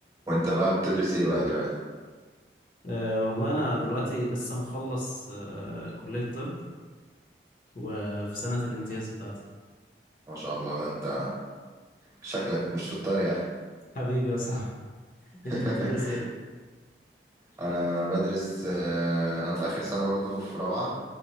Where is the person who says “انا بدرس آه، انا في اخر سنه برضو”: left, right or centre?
Right